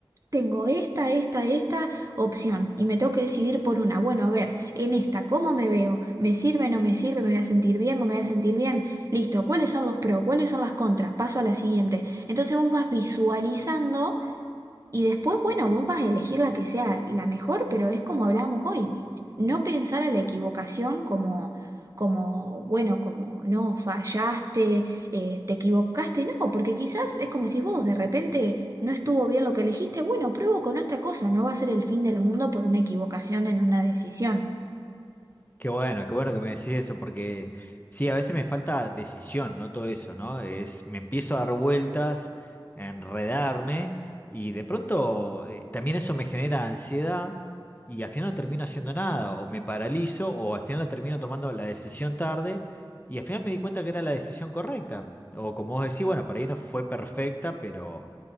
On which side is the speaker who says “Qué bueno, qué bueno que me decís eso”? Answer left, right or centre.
Left